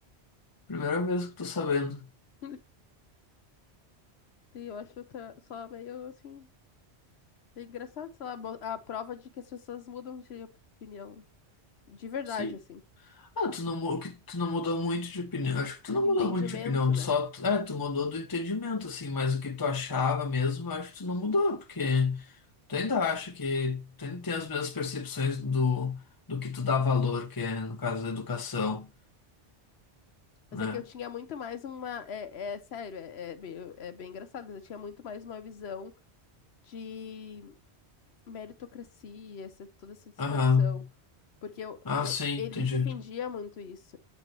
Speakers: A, on the left (about 25°); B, on the left (about 70°).
A: primeira vez que tô sabendo.
B: <laughs> E eu acho tá- só meio assim. é engraçado, sei lá, bo- a prova de que as pessoas mudam de opinião, né? De verdade,
A: Sim.
B: assim.
A: Ah, tu não, mu- que tu não mudou muito de opinião. Acho que tu não
B: De
A: mudou
B: entendimento,
A: muito de opinião.
B: né?
A: Tu só. tu- É, tu mudou do entendimento, assim, mas o que tu achava mesmo, eu acho que tu não mudou, porque tu ainda acha que. Tu ainda tem as mesmas percepções do, do que tu dá valor, que é, no caso, a educação,
B: Mas
A: né?
B: é que eu tinha muito mais uma. É, é sério, é, é bem, é bem engraçado, mas eu tinha muito mais uma visão de meritocracia, essa, toda essa distorção.
A: Aham.
B: Porque eu,
A: Ah,
B: eu,
A: sim,
B: ele
A: entendi.
B: defendia muito isso.